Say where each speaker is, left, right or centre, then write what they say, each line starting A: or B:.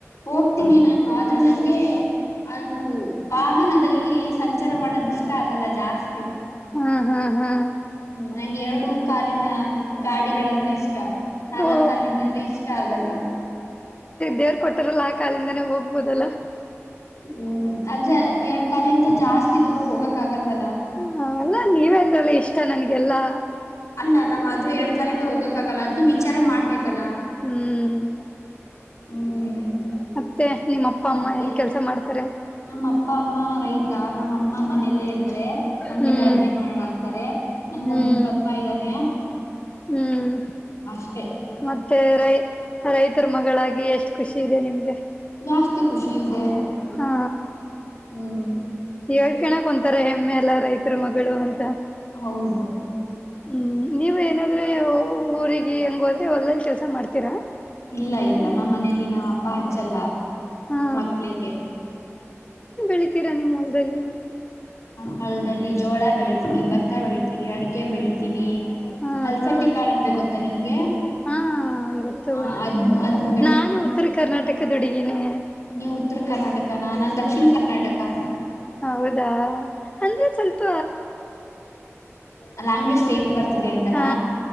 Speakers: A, on the left; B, on the left.
A: ಹೋಗ್ತೀನಿ ನಾನು ಆದ್ರೆ ನಂಗೆ ಅದು ವಾಹನದಲ್ಲಿ ಸಂಚಾರ ಮಾಡೋದ್ ಇಷ್ಟ ಆಗಲ್ಲ ಜಾಸ್ತಿ
B: ಹಾ ಹಾ ಹಾ
A: ನಂಗ್ ಹೇಳ್ ಎರಡು ಕಾಲಿನ ಗಾಡಿಗಳಂದ್ರೆ ಇಷ್ಟ ನಾಲಕ್
B: ಓ
A: ಕಾಲಿಂದಂದ್ರೆ ಇಷ್ಟ ಆಗಲ್ಲ.
B: ದೇವರು ಕೊಟ್ಟಾರಲ್ಲ ಆ ಕಾಲಿಂದನೇ ಹೋಗ್ಬೋದಲ್ಲಾ
A: ಹ್ಮ್ ಆದ್ರೆ ಎರಡು ಕಾಲಿಂದ ಜಾಸ್ತಿ ಜಾಸ್ತಿ ದೂರಾ ಹೋಗಕ್ ಆಗಲ್ವಲ್ಲ
B: ಹ ಅಲ್ಲ ನೀವೇ ಅಂದ್ರಲ್ಲ ಇಷ್ಟ ನನಗೇ ಎಲ್ಲಾ
A: ಅಲ್ಲ ನಾವು ಆದ್ರೂ ಎರಡು ಕಾಲಿಂದ ಹೋಗಕ್ಕೆ ಆಗಲ್ಲ ಅದ್ನೂ ವಿಚಾರ ಮಾಡಬೇಕ್ ಅಲ್ಲ
B: ಹ್ಮ್
A: ಹ್ಮ್
B: ಹ ಮತ್ತೆ ನಿಮ್ಮ ಅಪ್ಪ
A: ಮತ್ತೆ
B: ಅಮ್ಮ ಏನ್ ಕೆಲಸ ಮಾಡ್ತಾರೆ?
A: ನಮ್ಮ ಅಪ್ಪ ಅಮ್ಮ ರೈತ ನಮ್ಮ ಅಮ್ಮ ಮನೆಯಲ್ಲೇ ಇರುತ್ತಾರೆ. ನಮಿಗೆಲ್ಲಾ
B: ಹ್ಮ್
A: ಅಡುಗೆ ಮಾಡಿ ಸ ನಂಗ
B: ಹ್ಮ್
A: ಒಮ್ಮ ತಮ್ಮ ಇದ್ದಾನೆ
B: ಹ್ಮ್
A: ಅಷ್ಟ
B: ಮತ್ತೆ ರೈ ರೈತರ ಮಗಳಾಗಿ ಎಷ್ಟು ಖುಷಿ ಇದೆ ನಿಮಗೆ
A: ಜಾಸ್ತಿ ಖುಷಿ ಇದೆ
B: ಹಾ
A: ಹ್ಮ್
B: ಹೇಳ್ ಕೆಣಕ್ <unintelligible> ತಾರೆ ಹೆ ಮ್ಮೆ ಎಲ್ಲ ರೈ ಹತ್ರ ಮಗಳು ಅಂತ
A: ಹೌದು
B: ಹ್ಮ್ ನೀವು ಏನಾದ್ರೂ ಊರಿಗೆ ಹಂಗ <unintelligible> ಲ್ಲಿ ಕೆಲ್ಸ ಮಾಡ್ತೀರಾ
A: ಇಲ್ಲ ಇಲ್ಲ ನಮ್ಮ್ ಮನೇಲಿ ನಾವ್ ಬ ಹಚ್ಚಲ್ಲ
B: ಹಾ
A: ಮಕ್ಳಿಗೆ
B: <unintelligible> ರಾ ನಿ ಬೆಲ
A: ಹೊಲ್ದಲ್ಲಿ ಜೋಳ ಬೆಳಿತೀವಿ ಭತ್ತ ಬೆಳಿತೀವಿ ಅಡಿಕೆ ಬೆಳಿತೀವಿ
B: ಹಾ
A: ಹಲ್ಸಂದಿ
B: ಹಾ
A: ಕಾಳ ಅಂದ್ರೆ ಗೊತ್ತಾ ನಿಮ್ಗೆ
B: ಹಾ ಗೊತ್ತು
A: ಆ
B: ಗೊತ್ತು
A: ಅದ್ ಅದನ್ನ
B: ನಾನು ಉತ್ತರ ಕರ್ನಾಟಕದ ಹುಡುಗೀಿನಿ
A: ನೀವ್ ಉತ್ತರ ಕರ್ನಾಟಕನಾ ನಾನ್ ದಕ್ಷಿಣ ಕರ್ನಾಟಕ
B: ಹೌದಾ ಅಂದ್ರೆ ಸ್ವಲ್ಪ
A: ಹ್ಮಾಂಗ್ವೇಜ್ ಸೇಮ್ ಬರ್ತಿದ್ದ ಅಂತಾನ
B: ಹಾ